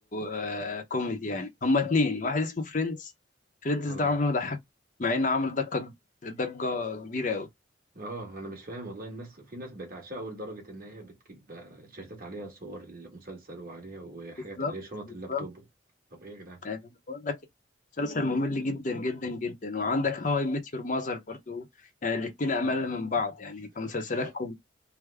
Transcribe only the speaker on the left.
آه، كوميدي يعني هما اتنين واحد اسمه فريندز فريندز
ده عمره ما ضحك مع انه عمل ضجة ضجة كبيرة قوي
بالظبط
بالظبط
آه، بقول لك مسلسل ممل جدا جدا جدا وعندك هاو اي ميت يور ماذر برضو يعني الاتنين امل من بعض يعني كمسلسلات
كوميدي